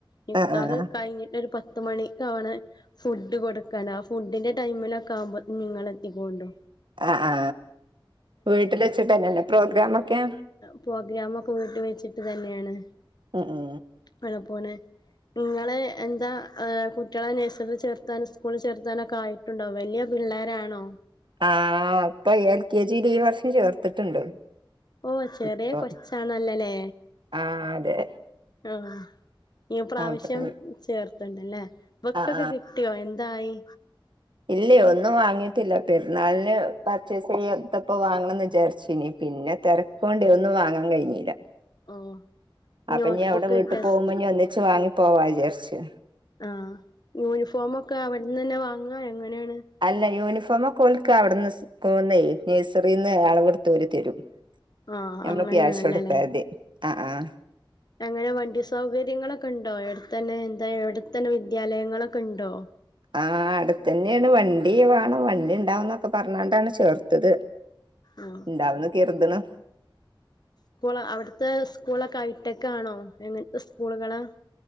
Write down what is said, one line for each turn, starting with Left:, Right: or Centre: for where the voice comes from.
Left: നിക്കാഹ്
Right: ആഹ് ആഹ്
Left: കഴിഞ്ഞിട്ട് ഒരു പത്ത് മണിക്കാണ് ഫുഡ് കൊടുക്കാന ആ ഫുഡിന്റെ ടൈമിലൊക്കെ ആകുമ്പോൾ നിങ്ങള് എത്തി കോണ്ട്
Right: ആഹ് ആ വീട്ടിൽ വെച്ചിട്ട് ല്ലല്ലെ പ്രോഗ്രാം ഒക്കെ
Left: പ്രോഗ്രമൊക്കെ വീട്ട് വെച്ചിട്ട് തന്നെയാണ്
Right: ഉം ഊ
Left: അത് പോലെ ഇങ്ങള് എന്താ? ഹ് കുട്ടികളെ നേഴ്സറി ചേർത്താന് സ്കൂളിൽ ചേർത്താനൊക്കെ ആയിട്ടുണ്ടോ വല്ല്യപിള്ളോരണോ?
Right: ആഹ് ഇപ്പൊ എൽ കെ ജില് ഈ വർഷം ചേർത്തിട്ടുണ്ട്
Left: ഓ ചെറിയ
Right: ഇപ്പൊ
Left: കൊച്ചാണല്ലല്ലേ
Right: ആഹ് അതെ
Left: ആഹ് ഇ പ്രാവശ്യം
Right: ആഹ്
Left: ചേർത്ത് ണ്ട് ല്ലേ ബുക്കൊക്കെ
Right: ആഹ്
Left: കിട്ടിയോ എന്തായി
Right: ഇല്ല ഒന്നും വാങ്ങിയിട്ടില്ല പെരുന്നാളിന് പർച്ചേസ് യ് ഇടുത്തപ്പോ വാങ്ങണന്ന് വിജാരിച്ചീന് പിന്നെ തെരകൊണ്ട് ഒന്നും വാങ്ങാൻ കഴിഞ്ഞില്ല
Left: ഓ
Right: അപ്പൊ
Left: നോട്ട്ബുക്ക്
Right: ഞ്ഞി അവിടെ വീട്ടി
Left: ടെസ്റ്റ്
Right: പോകുമ്പോ നീ ഒന്നിച്ച് വാങ്ങി പോവാ വിചാരിച്ചു
Left: ആഹ് യൂണിഫോമൊക്കെ അവിടെന്നെ വാങ്ങാ എങ്ങനെണ്?
Right: അല്ല യൂനിഫോമക്കെ ഓല്ക്ക വിടന്ന് സ്കൂൾന്നെ നഴ്സറിന്ന് അളെ വെടുത്ത് ഓൽ തരും
Left: ആ
Right: ഞമൾ
Left: അങ്ങനെയാണല്ലോല്ലേ
Right: ക്യാഷ് കൊടുത്ത മതി ആഹ് ആഹ
Left: അങ്ങനെ വണ്ടി സൗകര്യങ്ങളൊക്കെ ഉണ്ടോ എട്ത്തന്നെ എന്താ എവിടെത്തന്നെ വിദ്യാലയങ്ങളൊക്കെ ണ്ടോ?
Right: ആ അടുത്തന്നെണ് വണ്ടി വാണം വണ്ടി ഇണ്ടാവുന്നൊക്കെ പറഞ്ഞാണ്ടാണ് ചേർത്തത് <inaudible>
Left: ഉം
Right: ഇണ്ടാവുന്ന് കരുത് ണ്
Left: സ്കൂൾ അവിടുത്തെ സ്കൂളക്കെ ഐട്ടക്കാണോ എങ്ങനത്തെ സ്കൂളുകളാ?